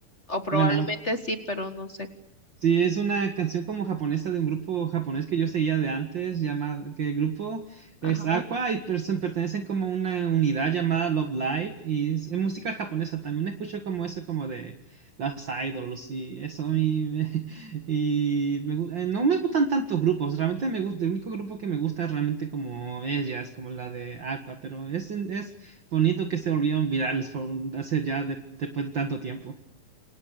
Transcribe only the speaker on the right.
Bueno,
Sí, es una canción como japonesa de un grupo japonés que yo seguía de antes, llamado, que el grupo
es Aqua y perso- pertenecen como a una unidad llamada Love Live y es, es música japonesa. También escucho como eso, como de las idols y eso. Y, me- <laughs> y me gu- eh, no me gustan tantos grupos, realmente me gusta, el único grupo que me gusta es realmente como ellas, como la de Aqua, pero es, es bonito que se volvieron virales por, hace ya de- después de tanto tiempo.